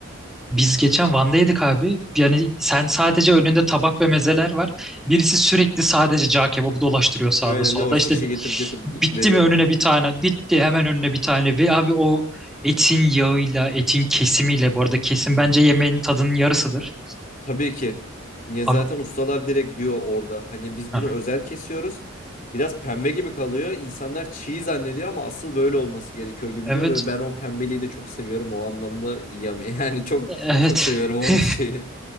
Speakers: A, in the centre; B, on the left (about 40°).
A: Biz geçen Van'da yedik abi. Yani sen sadece önünde tabak ve mezeler var. Birisi sürekli sadece cağ kebabı dolaştırıyor sağda
B: aynen
A: solda.
B: o
A: İşte
B: şişi getirip getirip
A: bitti
B: veriyor.
A: mi önüne bir tane, bitti hemen önüne bir tane. Ve abi o etin yağıyla, etin kesimiyle, bu arada kesim
B: Hmm.
A: bence yemeğin tadının yarısıdır.
B: Tabii ki. Niye
A: Abi,
B: zaten ustalar direkt diyor orada. Hani biz
A: Hı
B: bunu
A: hı.
B: özel kesiyoruz. Biraz pembe gibi kalıyor. İnsanlar çiğ zannediyor ama asıl böyle olması gerekiyor gibi
A: evet
B: diyor ve ben o pembeliği de çok seviyorum o anlamda. yam- <laughs> Yani çok
A: Evet.
B: çok seviyorum o
A: <laughs>
B: şeyi.